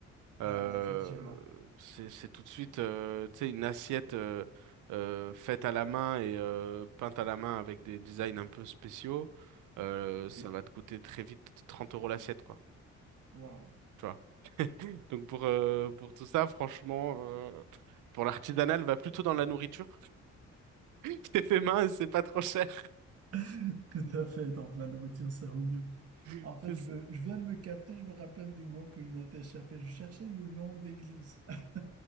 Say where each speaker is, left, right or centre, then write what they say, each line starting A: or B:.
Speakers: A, on the right; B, on the right.
A: Euh,
B: Ah oui, effectivement.
A: c'est, c'est tout de suite, euh, tu sais, une assiette euh, euh, faite à la main et euh, peinte à la main avec des designs un peu spéciaux. Euh,
B: Oui.
A: ça va te coûter très vite 30 euros l'assiette, quoi.
B: Waouh.
A: Tu vois. Donc pour, euh, pour tout ça, franchement, euh, pour l'artisanal, va plutôt dans la nourriture. <laughs> C'est fait main et c'est pas trop cher.
B: <laughs> Tout à fait. Donc, la nourriture, ça vaut mieux.
A: <laughs>
B: En fait, je, me- je viens de me capter, je me rappelle du mot qui m'est échappé. Je cherchais le nom d'église. <laughs>